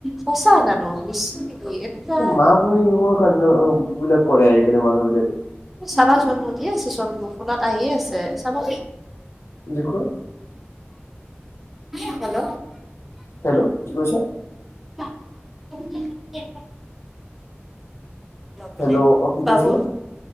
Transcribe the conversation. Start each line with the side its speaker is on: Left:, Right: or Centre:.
Centre: সঁচা জানো মিছা নেকি। এনেকুৱা
Left: মা ভনী নোহোৱা কাণ্ড বিলাক কৰে, আজিকালি মানুহ বিলাকে।
Centre: চাবা চোন দিয়ে আছে চোন, ফোনত আহিয়ে আছে চাবা
Left: দেখোৱা।
Centre: হ্লেল।
Left: হেল্ল' কি কৈছা?
Centre: <unintelligible> মানে
Left: হেল্ল' অ কি
Centre: বাবো
Left: কৈছিলে